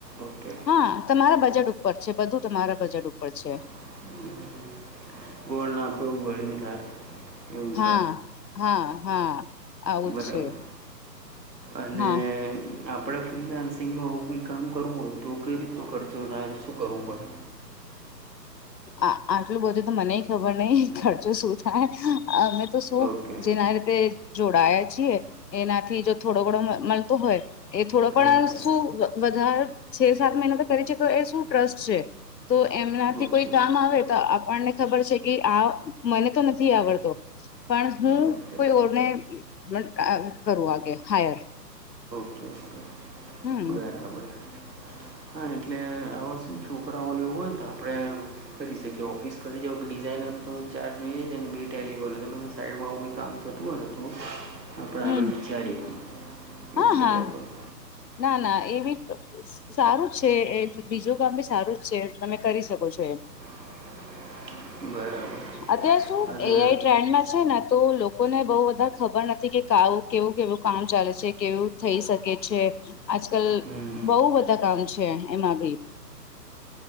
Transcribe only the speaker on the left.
હા તમારા બજેટ ઉપર છે, બધું તમારા બજેટ ઉપર છે.
હા
હા હા આવું
જ છે
હા
આ આટલું બધુંતો મનેઈ ખબર નહિ, ખર્ચો શું થાય. અમે તો શું
જેના રીતે જોડાયા છીએ એનાથી જો થોડો ઘણો મ, મળતો હોય એ થોડો પણ
શું વધારે છે સાત મહિના તો કરી ચૂક્યો તો એ શું ટ્રસ્ટ છે, તો એમનાથી
કોઈ કામ આવે તો, આપણને ખબર છે કે આ મને તો નથી આવડતો. પણ હું
કોઈ ઓરને <unintelligible> કરું આગે, હાયર
હમ
હમ
હા
હા
ના, ના, એવી તો સારું છે, એ બીજું કામ બી સારું જ છે, તમે કરી સકો છો એમ.
અગે સુ
એઆઈ ટ્રેન્ડમાં છે ને તો લોકો લોકોને બહુ વધાર ખબર નથી કે, કાઉ કેવું કેવું કામ ચાલે છે, કેવું થઈ સકે છે? આજકલ,
બહુ બધા કામ છે એમાં ભી